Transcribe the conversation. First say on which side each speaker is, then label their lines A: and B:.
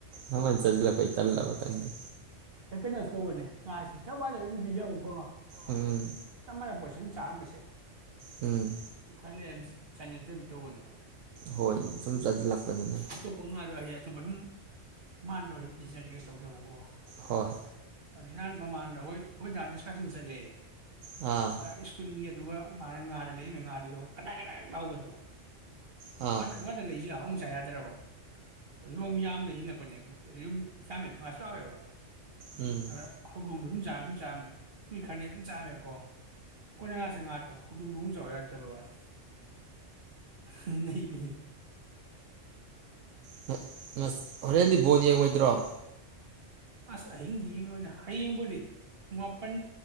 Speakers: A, on the right; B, on the right.
A: ꯌꯥꯃꯟ ꯆꯥꯁꯤꯜꯂꯛꯄꯩ ꯇꯜꯂꯕ ꯈꯪꯗꯦ
B: ꯑꯩ ꯀꯩꯅꯣꯁꯨ ꯇꯧꯕꯅꯦ ꯉꯥꯁꯤ ꯆꯞ ꯃꯥꯟꯅ ꯑꯗꯨꯝ ꯄꯤꯖꯕꯀꯣ
A: ꯎꯝ
B: ꯀꯃꯥꯏ ꯄꯣꯏꯁꯟ ꯆꯥꯥꯔꯝꯃꯤꯁꯦ
A: ꯎꯝ
B: ꯈꯂꯦ <unintelligible> ꯆꯅꯤꯡꯇꯕꯤ ꯇꯧꯕꯅꯦꯕ
A: ꯍꯣꯏ ꯁꯨꯝ ꯆꯥꯁꯤꯜꯂꯛꯄꯅꯤꯅ
B: ꯑꯇꯣꯞꯄ ꯉꯥꯗꯣ ꯑꯩ ꯑꯇꯣꯞꯄ ꯁꯨꯝ ꯃꯥꯟꯗꯕ ꯁꯨꯝꯄꯤꯖ ꯖꯔꯒꯦ ꯇꯧꯗꯕꯀꯣ
A: ꯍꯣꯏ
B: <unintelligible> ꯅꯍꯥꯟ ꯃꯃꯥꯡꯗ ꯑꯩꯈꯣꯏ ꯑꯩꯈꯣꯏ ꯗꯥꯅ ꯑꯦꯛꯁꯀꯥꯔꯁꯟ ꯆꯠꯂꯦ
A: ꯑꯥ
B: ꯃ ꯁ꯭ꯀꯨꯜꯒꯤ ꯑꯗꯨꯒ ꯃꯥ ꯉꯥꯗ ꯂꯩꯃꯤ ꯉꯥꯗꯨꯁꯨ ꯀꯗꯥꯛ ꯀꯗꯥꯛ ꯂꯥꯎꯕꯗꯣ
A: ꯑꯥ
B: <unintelligible> ꯖꯌꯥꯗ꯭ꯔꯕ ꯔꯣꯝ ꯌꯥꯝꯅ <unintelligible> ꯈꯣꯏ ꯅꯦꯒꯤ ꯌꯨꯝ ꯌꯥꯃꯦ <unintelligible>
A: ꯎꯝ
B: ꯑꯦ ꯍꯧꯗꯣꯡꯗꯣꯖꯨꯞ ꯆꯥꯝ ꯁꯨꯝ ꯆꯥꯝꯃꯦ ꯃꯤ ꯈꯔꯅꯤ ꯑꯗꯨꯝ ꯆꯥꯝꯃꯦꯀꯣ ꯑꯩꯈꯣꯏꯅ ꯉꯥꯁꯦ ꯉꯥꯇꯣ ꯍꯧꯗꯣꯡꯗꯣ ꯗꯨꯝ ꯆꯥꯎꯔ ꯌꯥꯀ꯭ꯔꯕꯋꯥꯅꯤ ꯍ-ꯍ ꯅꯩꯕꯅꯤ
A: ꯉ- ꯉꯁ ꯍꯣꯔꯦꯟꯗꯤ ꯕꯣꯟ ꯌꯦꯡꯉꯣꯏꯗ꯭ꯔꯣ
B: ꯑꯁ ꯑꯍꯤꯡꯒꯤ ꯌꯦꯡꯉꯣꯏꯗ ꯍꯌꯦꯡꯕꯨꯗꯤ ꯉꯞ ꯄꯟ